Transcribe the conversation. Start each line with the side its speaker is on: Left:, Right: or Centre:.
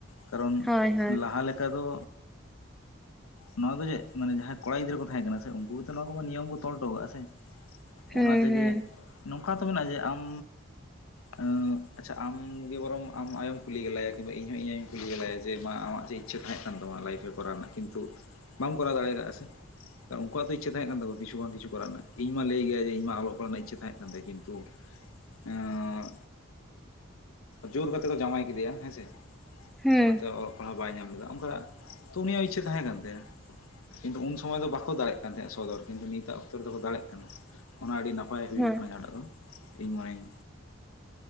Left: ᱠᱟᱨᱚᱱ
Centre: ᱦᱳᱭ ᱦᱳᱭ
Left: ᱞᱟᱦᱟ ᱞᱮᱠᱟ ᱫᱚ ᱱᱚᱣᱟ ᱫᱚ ᱪᱮᱫ, ᱢᱟᱱᱮ ᱡᱟᱦᱟᱸᱭ ᱠᱚᱲᱟ ᱜᱤᱫᱽᱨᱟᱹ ᱠᱚ ᱛᱟᱦᱮᱸ ᱠᱟᱱᱟ ᱥᱮ ᱩᱱᱠᱩ ᱜᱮᱛᱚ ᱱᱚᱣᱟ ᱠᱚ ᱱᱤᱭᱚᱢ ᱠᱚ ᱛᱚᱞ ᱴᱚ ᱠᱟᱜ-ᱟ ᱥᱮ
Centre: ᱦᱩᱸ
Left: ᱚᱱᱟ ᱛᱮᱜᱮ
Centre: ᱦᱩᱸ
Left: ᱱᱚᱝᱠᱟ ᱦᱚᱸᱛᱚ ᱢᱮᱱᱟᱜ-ᱟ ᱡᱮ ᱟᱢ ᱟᱸ ᱟᱪᱪᱷᱟ ᱟᱻᱢ ᱜᱮ ᱵᱚᱨᱚᱢ ᱟᱢ ᱟᱭᱳᱢ ᱠᱩᱞᱤ ᱜᱮᱞᱟᱭᱟ, ᱠᱤᱸᱛᱩ ᱤᱧᱦᱚᱸ ᱤᱧ ᱟᱭᱳᱧ ᱠᱩᱞᱤ ᱜᱮᱞᱟᱭᱟ ᱡᱮ ᱢᱟ ᱟᱢᱟᱜ ᱪᱮᱫ ᱤᱪᱪᱟᱹ ᱛᱟᱸᱦᱮᱜ ᱠᱟᱱ ᱛᱟᱢᱟ ᱞᱟᱭᱤᱯᱷ ᱨᱮ ᱠᱚᱨᱟᱣ ᱨᱮᱱᱟᱜ ᱠᱤᱱᱛᱩ ᱵᱟᱢ ᱠᱚᱨᱟᱣ ᱫᱟᱲᱮᱭ ᱠᱟᱜ-ᱟ ᱥᱮ? ᱩᱱᱠᱩᱣᱟᱜ ᱦᱚᱸᱛᱚ ᱤᱪᱪᱷᱟᱹ ᱛᱟᱸᱦᱮᱜᱠᱟᱱ ᱛᱟᱠᱚ ᱠᱤᱷᱩ ᱵᱟᱝ ᱠᱤ ᱪᱷᱩ ᱠᱚᱨᱟᱣ ᱨᱮᱱᱟᱜ, ᱤᱧ ᱢᱟ ᱞᱟᱹᱭ ᱜᱮᱭᱟ ᱡᱮ ᱤᱧ ᱢᱟ ᱚᱞᱚᱜ ᱯᱟᱲᱦᱟᱜ ᱨᱮᱱᱟᱜ ᱤᱪᱪᱷᱟᱹ ᱛᱟᱦᱮᱸ ᱠᱟᱱ ᱛᱟᱭᱟ ᱠᱤᱱᱛᱩ ᱮᱸᱦ ᱡᱳᱨ ᱠᱟᱛᱮ ᱠᱚ ᱡᱟᱶᱟᱭ ᱠᱮᱫᱮᱭᱟ ᱦᱮᱸᱥᱮ
Centre: ᱦᱩᱸ
Left: ᱚᱱᱟᱛᱮ ᱚᱞᱚᱜ ᱯᱟᱲᱦᱟᱣ ᱵᱟᱭ ᱧᱟᱢ ᱞᱮᱫᱟ ᱚᱱᱠᱟ ᱛᱚ ᱩᱱᱤᱭᱟᱜ ᱤᱪᱪᱷᱟᱹ ᱛᱟᱦᱮᱸ ᱠᱟᱱ ᱛᱟᱭᱟ᱾ ᱠᱤᱱᱛᱩ ᱩᱱ ᱥᱚᱢᱚᱭ ᱫᱚ ᱵᱟᱠᱚ ᱫᱟᱲᱮᱜ ᱠᱟᱱ ᱛᱟᱦᱮᱸᱫ ᱥᱚᱫᱚᱨ ᱠᱤᱱᱛᱩ ᱱᱤᱛᱟᱜ ᱚᱠᱛᱚ ᱨᱮᱫᱚᱠᱚ ᱫᱟᱲᱮᱜ ᱠᱟᱱᱟ ᱚᱱᱟ ᱟᱹᱰᱤ ᱱᱟᱯ ᱯᱟᱭ ᱦᱩᱭᱩᱜ
Centre: ᱦᱳᱭ
Left: ᱠᱟᱱᱟ ᱡᱟᱦᱟᱸᱴᱟᱜ ᱫᱚ ᱤᱧ ᱢᱚᱱᱮᱧ